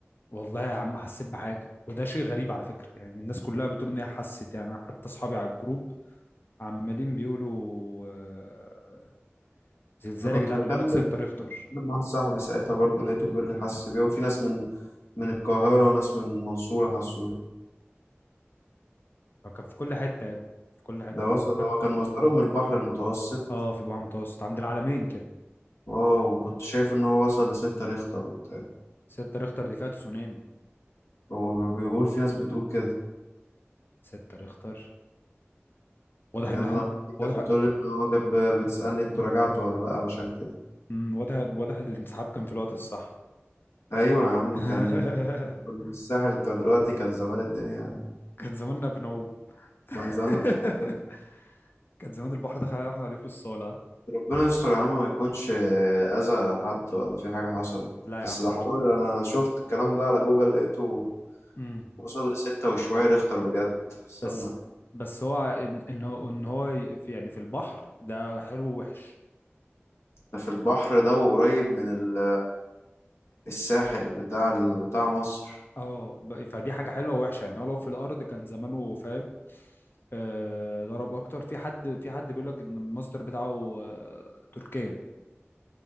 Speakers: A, on the left; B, on the left.
A: والله يا عم حسيت بحاجه وده شيء غريب على فكره يعني الناس كلها بتقول ان هي حست يعني أنا حتى اصحابي على الجروب عمالين بيقولوا آه، زلزال
B: انا كنت
A: يا جدعان
B: بكلم
A: بيقول لك 6 ريختر
B: كنت بكلم مع صاحبي ساعتها برضه لقيته بيقول لي حس بيه وفي ناس من من القاهره وناس من المنصوره حسوا بيه
A: كان في كل حته يا ابني، في كل حته
B: ده وصل
A: في-
B: هو كان مصدره من البحر المتوسط
A: اه في بحر متوسط عند العالمين كده
B: اه وكنت شايف ان هو وصل لستة ريختر وبتاع
A: 6 ريختر دي فئة تسونامي
B: هو بيقول في ناس بتقول كده
A: 6 ريختر واضح
B: يعني
A: ان
B: انا
A: احنا
B: لو
A: واضح
B: كانت بتقول ان هو جاب بتسألني انتوا رجعتوا ولا لا علشان كده
A: مم، واضح واضح الانسحاب كان في الوقت الصح
B: ايوه يا عم
A: <laughs>
B: كان كنا في الساحل كان دلوقتي كان زمان الدنيا يعني.
A: كان زماننا بنعوم <laughs>
B: كان زماننا في القصة ده
A: كان زمان البحر دخل علينا واحنا قاعدين في الصالة
B: ربنا يستر يا عم ما يكونش اذى حد ولا في حاجة حصلت
A: لا يا
B: بس
A: عم
B: ده حوار انا شفت الكلام ده على جوجل لقيته
A: امم
B: وصل لستة وشوية ريختر بجد استنى
A: بس بس هو ان ان هو ان هو ي- في يعني في البحر ده حلو ووحش
B: ده في البحر ده وقريب من ال- الساحل بتاع ال- بتاع مصر
A: اه ب- فدي حاجة حلوة ووحشة يعني هو لو في الأرض كان زمانه فاهم آه ضرب أكتر في حد في حد بيقول لك إن المصدر بتاعه آه تركيا